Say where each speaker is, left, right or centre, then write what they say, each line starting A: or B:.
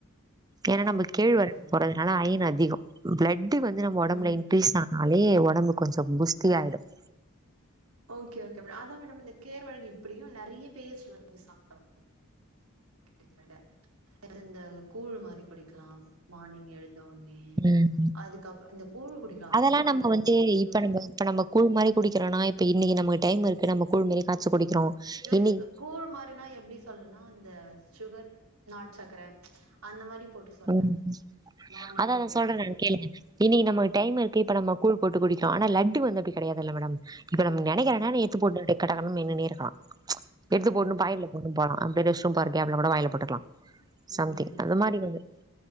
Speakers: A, on the right; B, on the right.
A: ஏன்னா
B: ஓகே
A: நம்ப கேழ்வரகு
B: ஓகே மேடம்
A: போறதுனால அயன் அதிகம் பிளட்டு வந்து நம்ம ஒடம்புல
B: ம்
A: இன்க்ரீஸ் ஆ னாலே ஒடம்பு கொஞ்சம் புஸ்தி ஆய்டும்
B: ஓகே ஓகே மேடம் அதான் மேடம் இந்த கேர் வர்கு இப்புடியும் நெறயா பேர்ஸ் சொல் சாப்ட்டோம் இட்லீ வட அது இந்த கூழ் மாறி குடிக்கலாம் மானிங் எழுந்த ஒன்னே
A: ம்.
B: அதுக்கப்ப இந்த கூழ் குடிக்கலாம்
A: அதெல்லாம்
B: ரொம்ப
A: நம்ம
B: நல்லது
A: வந்து
B: அது கேவுருகூழ்
A: இப்ப நம்ம இப்ப நம்பக்கூழ் மாறி குடிக்கிரோன்னா இப்ப இன்னிக்கி நமக்கு டைம் இருக்கு நம்ப கூழ்மேரி காச்சு குடிக்கிறோம்
B: லைக்
A: இன்னைக்கு
B: கூழ் மாறின்னா எப்டி சொல்னா இந்த சுகர் நாட்டு சக்கர அந்த மாறி போட்டு சொல்றே
A: ம்
B: மார்னிங்
A: அதா
B: டைம்ல
A: நா சொல்ற
B: அப்டி
A: நா கேளுங்க இன்னிக்கி நமக்கு டைம் இருக்கு இப்ப நம்ம கூழ் போட்டு குடிக்கிறோ ஆனா லட்டு வந்து அப்புடி கடையாதுல்ல மேடம் இப்ப நம்ம நெனைக்கிறோன்னா
B: ஆ
A: எ த்துப் போட்டு அடே கடகடனு மென்னுக்குனே இருக்கலா எடுத்து
B: கரெக்ட்
A: போட்டுனு
B: தா
A: பாயெட்ல போட்டு போலா அப்டி ரெஸ் ரூ ம் போல கேப்புல கூட வாயில போட்டுக்கலா
B: ம்
A: சம்திங் அந்த மாறி வந்து